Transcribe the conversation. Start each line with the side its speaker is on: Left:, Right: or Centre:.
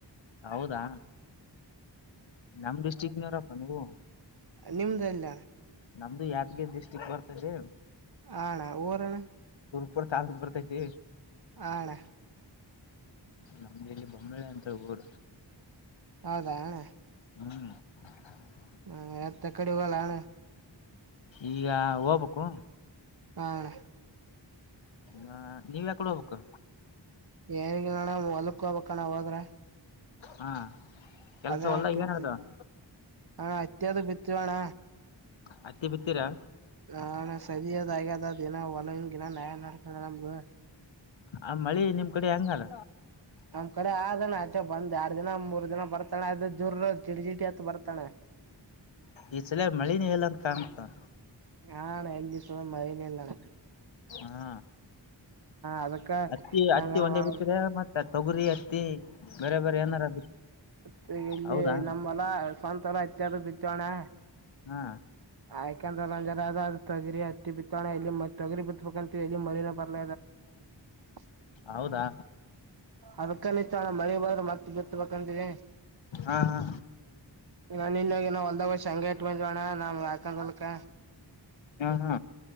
Left: ಹೌದಾ ನಮ ಡಿಸ್ಟ್ರಿಕ್ನವರಪ್ಪಾ ನೀವು.
Right: ನಿಮ್ದಲ್ಲ.
Left: ನಮ್ದು ಯಾದಗಿರಿ ಡಿಸ್ಟಿಕ್ ಬರ್ತೈತಿ.
Right: ಹಾ ಅಣ್ಣಾ ಊರಣ್ಣಾ.
Left: <unintelligible> ಬರ್ತೈತಿ
Right: ಆ ಅಣ್ಣಾ.
Left: ನಮ್ದ ಇಲ್ಲಿ ಬೊಮ್ಮಳೆ ಅಂತ ಉರ್.
Right: ಹೌದಾ ಅಣ್ಣಾ.
Left: ಹ್ಮ್ <unintelligible>
Right: ಹ್ಮ್ ಎತ್ತ್ ಎಕಡಿ ಹೋಗಲ್ಲಣ್ಣ.
Left: ಈಗ ಹೋಗಬೇಕು.
Right: ಹಾ ಅಣ್ಣ.
Left: ಹ ನೀವ್ ಎಕಡ್ ಹೋಗಬೇಕು.
Right: ಏನಗಿಲ್ಲಣ ಹೊಲ್ಕ್ ಹೋಗಬೇಕಣ್ಣ ಹೋದ್ರ.
Left: ಹಾ ಕೆಲ್ಸ
Right: ಅದೇ
Left: ಹೋಲ್ದಾಗ್
Right: ಕತ್ತಿ
Left: ಏನ್ ನಡದವ್.
Right: ಹಾ ಹತ್ತಿ ಅದು ಬಿತ್ತಿವಣ್ಣ
Left: ಹತ್ತಿ ಬಿತ್ತೀರಾ.
Right: ಹಾ ಅಣ್ಣಾ ಸದಿ ಅದ ಆಗ್ಯದ ಅದ ಇನ್ನ್ ನಂಗ್ ಇನ್ ನ್ಯಾಯ ನಡೀತುದ ನಮ್ದು.
Left: ಆ ಮಳಿ ನಿಮ್ ಕಡೆ ಹೆಂಗದ
Right: ನಮ್ ಕಡೆ ಆದಣ್ಣ ಅಷ್ಟೆ ಬಂದ್ ಯಾಡ್ ದಿನ ಮೂರ್ ದಿನ ಬರ್ತ ಅಣ್ಣಾ ಅದು ಜುರ ಅಂತ್ ಜಿಟಿ ಜಿಟಿ ಅಂತ್ ಬರ್ತ್ ಅಣ್ಣಾ.
Left: ಈ ಸಲಾ ಮಳಿನೆ ಇಲ್ಲ ಅಂತ್ ಕಾಣ್ತದ.
Right: ಹಾ ಅಣ್ಣಾ ಎಲ್ಲಿ ಇಸಲಾ ಮಳಿನೇ ಇಲ್ಲಣ್ಣಾ.
Left: ಹಾ
Right: ಅದಕ್ಕ
Left: ಹತ್ತಿ ಹತ್ತಿ
Right: ನಂಗನ
Left: ಒಂದೇ
Right: ಮಾಡ
Left: ಬಿತ್ತಿರೆ ಮತ್ತ ತೊಗುರಿ ಹತ್ತಿ ಬೇರೆ ಬೇರೆ ಏನಾರ ಬಿತ್ತ
Right: ಮತ್ತೆ ಇಲ್ಲಿ
Left: ಹೌದಾ
Right: ನಮ್ಮ ಹೊಲ ಸ್ವಂತ ಹೊಲಾ ಹತ್ತಿ ಅದು ಬಿತ್ತೇವ್ ಅಣ್ಣಾ.
Left: ಹಾ
Right: ಆಯ್ಕಂದ್ರ ಒಂದ್ ಜರಾ ಅದಾ ತೊಗರಿ ಹತ್ತಿ ಬಿತ್ತೇವ್ ಅಣ್ಣಾ ಇಲ್ಲಿ ಮತ್ತ್ ತೊಗರಿ ಬಿತ್ತ ಬೇಕ್ ಅಂತ್ ಎಲ್ಲಿ ಮಳಿನೆ ಬರ್ತ್ <unintelligible>
Left: ಹೌದಾ
Right: ಅದಕ್ಕ ನಿಂತೇವ್ ಅಣ್ಣಾ. ರ್ ಮತ್ತ ಬಿತ್ತಬೇಕ್ ಅಂತ್ ಇದಿನಿ.
Left: ಹಾ ಹಾ
Right: ಈಗ್ ನಿನ್ನೆ ಹೋಗಿ ಏನೋ ಹೋಲ್ದಾಗ್ ಹೋಗಿ ಶೇಂಗಾ ಹಾಕಿ ಬಂದಿವ ಅಣ್ಣಾ ನಮ್ ಅಕ್ಕಂದ್ ಹೊಲ್ಕಾ.
Left: ಹಾ ಹಾ